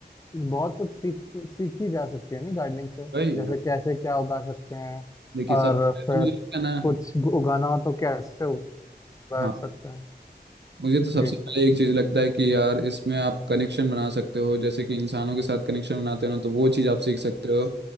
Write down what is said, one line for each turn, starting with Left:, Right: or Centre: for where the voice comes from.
Left: बहुत कुछ सीख सीखी जा सकती है नहीं गार्डनिंग से
Right: वही
Left: जैसे
Right: है
Left: कैसे क्या उगा सकते हैं
Right: देखिए सब
Left: और फिर
Right: मुझे क्या ना
Left: कुछ उगाना हो तो कैसे उगा
Right: हाँ
Left: सकते
Right: मुझे तो सबसे
Left: हैं
Right: पहले एक चीज लगता है कि यार इसमें आप कनेक्शन बना सकते हो जैसे कि इंसानों के साथ कनेक्शन बनाते हो ना तो वो चीज आप सीख सकते हो